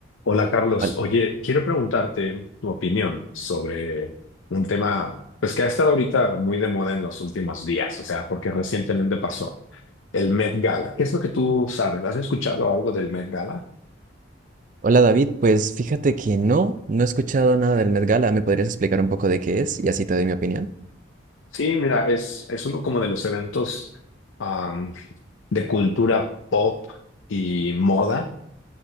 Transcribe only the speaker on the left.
Hola Carlos,
oye, quiero preguntarte tu opinión sobre un tema, pues que ha estado ahorita muy de moda en los últimos días, o sea, porque recientemente pasó el Met Gala. ¿Qué es lo que tú sabes? ¿Has escuchado algo del Met Gala?
Sí, mira, es, es uno como de los eventos am, de cultura pop y moda